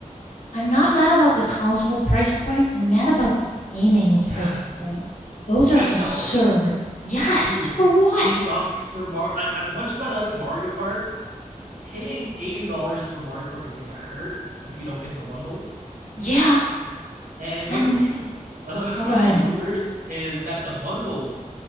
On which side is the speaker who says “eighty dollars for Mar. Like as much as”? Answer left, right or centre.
Right